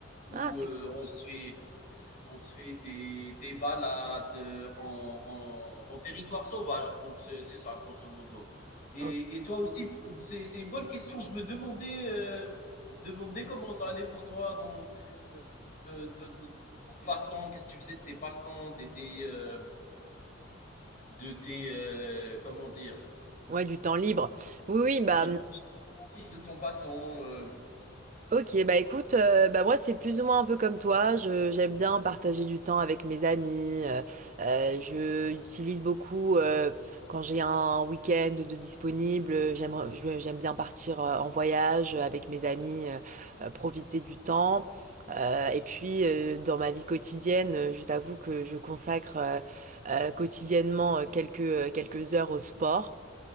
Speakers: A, on the left; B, on the right.
A: ou
B: Ah, c'est
A: euh, on se fait, on se fait des, des balades euh, en, en- en territoire sauvage. Donc c'est c'est ça, grosso modo. Et,
B: cool.
A: et toi aussi, c'est c'est une bonne question. Je me demandais, euh, je me demandais comment ça allait pour toi dans, euh, de- de- pour tes passe-temps. Qu'est-ce que tu faisais de tes passe-temps, de tes, euh, de tes euh, comment dire,
B: Ouais, du temps libre. Oui, oui, bah,
A: du de ton passe-temps. euh,
B: Ok, bah écoute, euh, bah moi c'est plus ou moins un peu comme toi. Je j'aime bien partager du temps avec mes amis. Euh, euh, je utilise beaucoup euh, quand j'ai un week-end de disponible. J'aime je- j'aime bien partir euh, en voyage avec mes amis, euh, euh, profiter du temps. Euh, et puis euh, dans ma vie quotidienne, euh, je t'avoue que je consacre euh, euh, quotidiennement euh, quelques euh, quelques heures au sport.